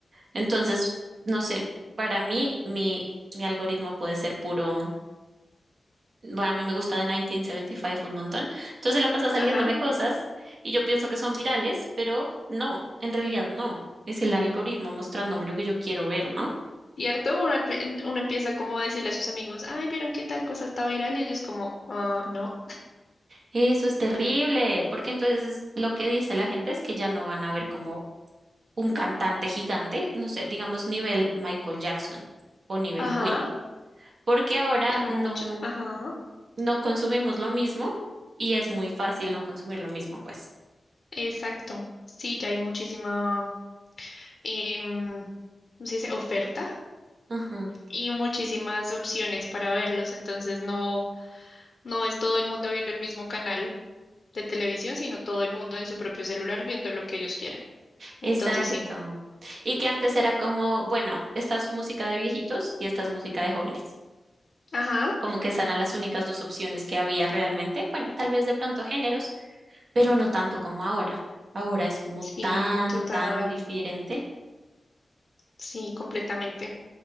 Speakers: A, on the right; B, on the left.
A: Entonces, no sé, para mí mi, mi algoritmo puede ser puro. Bueno, a mí me gusta de 1975 un montón. Entonces la pasa saliéndome
B: Ajá.
A: cosas y yo pienso que son virales, pero no, en realidad no. Es el algoritmo mostrándome lo que yo quiero ver, ¿no?
B: ¿Cierto? Uno, al pri- uno empieza como a decirle a sus amigos, ay, ¿vieron qué tal cosa está viral? Y ellos como, ah, no.
A: Eso es terrible, porque entonces lo que dice la gente es que ya no van a ver como un cantante gigante, no sé, digamos nivel Michael Jackson o nivel
B: Ajá.
A: Queen, porque ahora
B: Sino
A: no,
B: mucho. Ajá.
A: no consumimos lo mismo y es muy fácil no consumir lo mismo, pues.
B: Exacto. Sí, ya hay muchísima, em, ¿cómo se dice? Oferta
A: Ujú.
B: y muchísimas opciones para verlos. Entonces no, no es todo el mundo viendo el mismo canal de televisión, sino todo el mundo en su propio celular viendo lo que ellos quieren.
A: Exacto.
B: Entonces sí.
A: Y que antes era como, bueno, esta es música de viejitos y esta es música de jóvenes.
B: Ajá.
A: Como que esas eran las únicas dos opciones que había realmente. Bueno, tal vez de pronto géneros, pero no tanto como ahora. Ahora es como
B: Sí,
A: tan,
B: total.
A: tan diferente.
B: Sí, completamente.